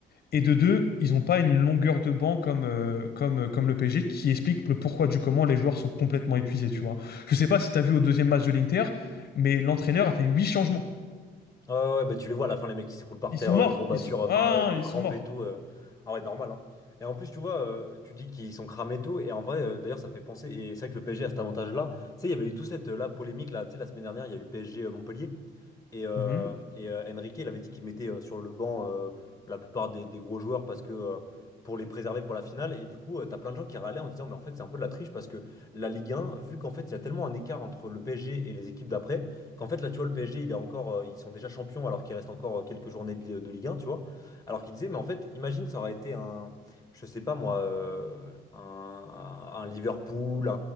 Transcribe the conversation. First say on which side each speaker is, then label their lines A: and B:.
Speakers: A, on the left; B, on the left.
A: et de deux, ils ont pas une longueur de banc comme euh, comme euh, comme le PSG qui explique le pourquoi du comment les joueurs sont complètement épuisés, tu vois. Je sais pas si t'as vu au deuxième match de l'Inter, mais l'entraîneur a fait huit changements.
B: Ouais, ouais, mais tu les vois à la fin, les mecs qui s'écroulent par
A: Ils
B: terre,
A: sont
B: euh,
A: morts.
B: courbature,
A: Ils sont
B: enfin,
A: ah,
B: euh,
A: ils sont
B: crampe
A: morts.
B: et tout. euh. Ah ouais, normal, hein. Et en plus, tu vois, euh, tu dis qu'ils sont cramés et tout, et en vrai, euh, d'ailleurs, ça me fait penser, et c'est vrai que le PSG a cet avantage-là. Tu sais, il y avait eu toute cette euh, là, polémique, là, tu sais, la semaine dernière, il y a eu PSG euh, Montpellier, et, euh,
A: Mhm.
B: et euh, Enrique, il avait dit qu'il mettait euh, sur le banc euh, la plupart des, des gros joueurs parce que. euh, pour les préserver pour la finale et du coup euh, t'as plein de gens qui râlaient en disant mais en fait c'est un peu de la triche parce que la Ligue 1 vu qu'en fait il y a tellement un écart entre le PSG et les équipes d'après qu'en fait, là, tu vois, le PSG, il est encore, euh, ils sont déjà champions alors qu'il reste encore euh, quelques journées de, Li- de Ligue 1, tu vois. Alors qu'il disait, mais en fait, imagine, ça aurait été un, je sais pas moi, euh, un, un Liverpool, un,